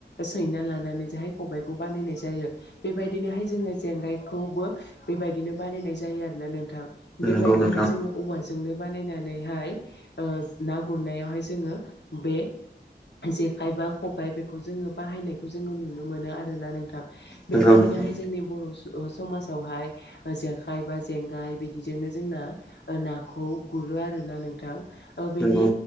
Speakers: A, on the left; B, in the centre.
A: सैना लानानै जाहाय खबाइखौ बानायनाय जायो। बेबायदिनोहाय जोङो जेंगायखौबो बेबायदिनो बानायनाय जायो आरोना नोंथां। बेबायदिहाय
B: नंगौ नोंथां
A: जोङो औवाजोंनो बानायनानैहाय ओ ना गुरनायावहाय जोङो बे जेखायबा खबाइ बे खौ जों बाहायनायखौ जोङो नुनो मोनो आरोना नोंथां
B: नंगौ
A: बेबायदिनोहाय
B: नोंथां
A: जोंनि बर' ओ समाजावहाय जेखाइ बा जेंगाय बिदिजोंनो जोंना नाखौ गुरो आरो ना नोंथां बेनि
B: नंगौ